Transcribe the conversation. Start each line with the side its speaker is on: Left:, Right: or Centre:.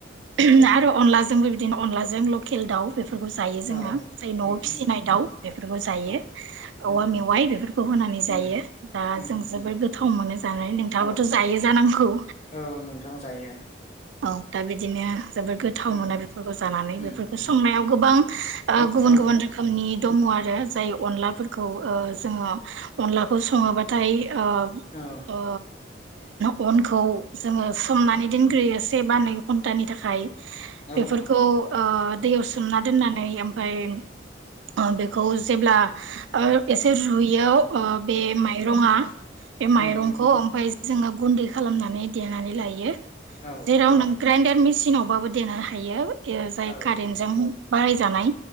Right: । आरो अनलाजों जोंबो बिदिनो अनलाजों लकेल दाउ । जायो जोंहा
Left: औ
Right: न'आव
Left: उम
Right: फिसिनाय दाउ बेफोरखौ जायो
Left: औ
Right: ।
Left: उम
Right: औवा मेवाइ बेफोरखौ होनानै जायो
Left: उम
Right: । दा
Left: उम
Right: जों जोबोर गोथाव मोनो जानानै नोंथाङाबोथ'
Left: औ
Right: जायो जानांगौ,
Left: औ नोंथां जायो
Right: औ । बिदिनो जोबोर गोथाव
Left: उम
Right: मोना बेफोरखौ जानानै
Left: उम
Right: बेफोरखौ
Left: उम
Right: संनायाव गोबां ओ गुबुन
Left: औ
Right: गुबुन रोखोमनि दङ आरो । जाय अनलाफोरखौ ओ जोङो अनलाखौ सङोबा थाय ओ
Left: औ
Right: ओ ओ अनखौ जोङो सोमनानै दोनग्रोयो से बा नै घन्टानि थाखाय ।
Left: उम
Right: बेफोरखौ
Left: औ
Right: ओ दैयाव - सोमना दोननानै ओमफ्राय अ बेखौ जेब्ला ओ एसे रुयो बे माइरङा बे माइंखौ
Left: उम उम
Right: ओमफ्राय जोङो गुन्दै खालामनानै देनानै लायो ।
Left: औ
Right: देराव नों ग्रेन्डार मिसिनावबो देनो हायो । यो जाय
Left: औ
Right: कारेन्टजों बाहायजनाय